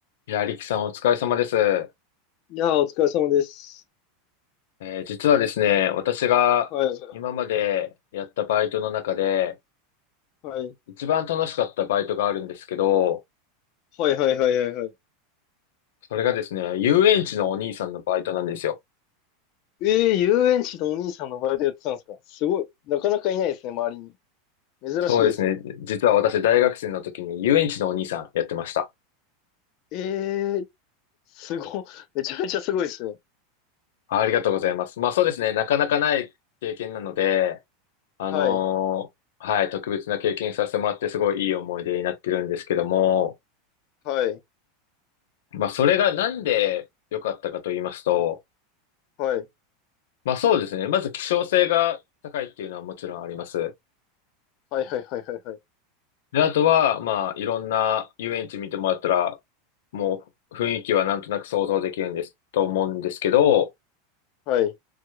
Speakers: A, on the left; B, on the left.
A: いや、リキさんお疲れ様です。え
B: いやー、お疲れ様です。
A: ー実はですね、私が今までやったバイトの中で、
B: はい。はい。
A: 一番楽しかったバイトがあるんですけど、
B: はいはいはいはいはい。
A: それがですね、遊園地のお兄さんのバイトなんですよ。
B: ええー、遊園地のお兄さんのバイトやってたんですかすごい。なかなかいないですね、周りに。珍しいですね。
A: そうですね、実は私大学生の時に遊園地のお兄さんやってました。
B: ええー、すご、<laughs> めちゃめちゃすごいですね。
A: あありがとうございます。まあそうですね、なかなかない経験なので、あのーはい、
B: はい。
A: 特別な経験させてもらってすごいいい思い出になってるんですけども、
B: はい。
A: まあそれがなんで良かったかと言いますと、
B: はい。
A: まあそうですね。まず希少性が高いっていうのはもちろんあります。
B: はいはいはいはいはい。
A: で、あとは、まあいろんな遊園地見てもらったら、もう雰囲気はなんとなく想像できるんです、と思うんですけど、
B: はい。